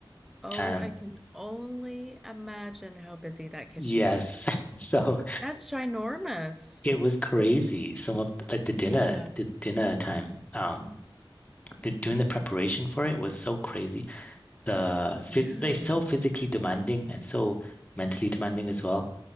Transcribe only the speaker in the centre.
Oh,
I can only imagine how busy that kitchen
was.
That's ginormous.
Yeah.
Yeah. Yeah.